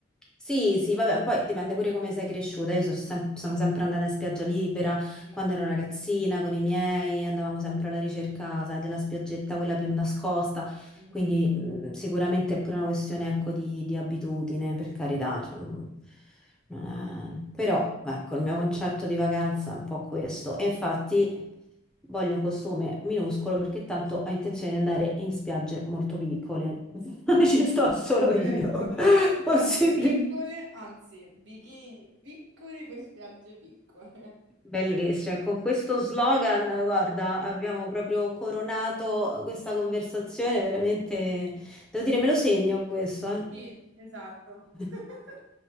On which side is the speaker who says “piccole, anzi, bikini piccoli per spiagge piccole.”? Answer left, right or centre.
Right